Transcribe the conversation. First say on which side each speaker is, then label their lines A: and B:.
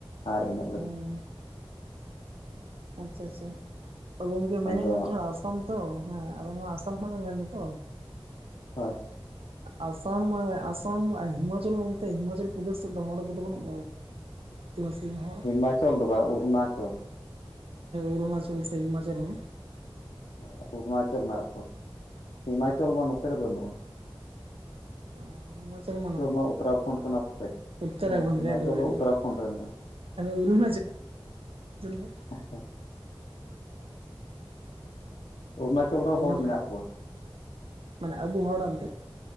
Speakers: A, on the left; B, on the right.
A: ᱟᱨ ᱤᱱᱟᱹ
B: <unintelligible> ᱟᱪᱪᱷᱟ ᱟᱪᱪᱷᱟ ᱜᱚᱝᱠᱮ <unintelligible>
A: ᱟᱫᱚ
B: ᱟᱸᱥᱟᱢ ᱛᱚ ᱦᱮᱸ ᱟᱵᱮᱱ ᱢᱟ ᱟᱸᱥᱟᱢ ᱠᱷᱚᱱᱟᱜ ᱵᱮᱱ ᱢᱮᱱ ᱫᱟ ᱛᱚ
A: ᱦᱳᱭ
B: ᱟᱸᱥᱟᱢ ᱟᱸᱥᱟᱢ ᱦᱤᱢᱟᱪᱚᱞ ᱚᱱᱛᱮ ᱦᱤᱢᱟᱪᱚᱞ ᱯᱨᱚᱫᱮᱥ ᱥᱮᱫ ᱫᱚ ᱦᱚᱲ ᱠᱚᱫᱚ ᱵᱟᱹᱱᱩᱜ ᱠᱚᱣᱟ <unintelligible> <inaudible> <unintelligible> ᱦᱚᱲ
A: ᱦᱤᱢᱟᱪᱚᱞ ᱫᱚ ᱵᱟᱝ ᱚᱨᱩᱱᱟᱪᱚᱞ
B: ᱚᱨᱩᱱᱟᱪᱚᱞ ᱥᱮ ᱦᱤᱢᱟᱪᱚᱞ ᱦᱚᱸ
A: ᱦᱮᱸ ᱚᱨᱩᱱᱟᱪᱚᱞ ᱢᱮᱱᱟᱜ ᱠᱚᱣᱟ ᱦᱤᱢᱟᱪᱚᱞ ᱢᱟ ᱱᱚᱛᱮ ᱨᱮ ᱵᱟᱹᱱᱩᱜᱼᱟ
B: ᱚ ᱦᱤᱢᱟᱪᱚᱞ <unintelligible> <unintelligible> <unintelligible> <unintelligible>
A: ᱢᱟ ᱩᱛᱛᱚᱨᱟᱠᱷᱚᱸᱰ ᱠᱟᱱᱟ ᱯᱟᱥᱮᱡ
B: ᱚᱨᱩᱱᱟᱪᱚᱞ
A: ᱦᱮᱸ ᱦᱤᱢᱟᱪᱚᱞ ᱫᱚ ᱩᱛᱛᱚᱨᱟᱠᱷᱚᱸᱰ ᱨᱮ ᱢᱮᱱᱟᱜᱼᱟ
B: <unintelligible>
A: <inaudible> ᱚᱨᱩᱱᱟᱪᱚᱞ ᱨᱮ
B: ᱚᱨᱩᱱ
A: ᱦᱚᱲ ᱢᱮᱱᱟᱜ ᱠᱚᱣᱟ
B: ᱢᱟᱱᱮ ᱟᱵᱚ ᱦᱚᱲ ᱚᱱᱛᱮ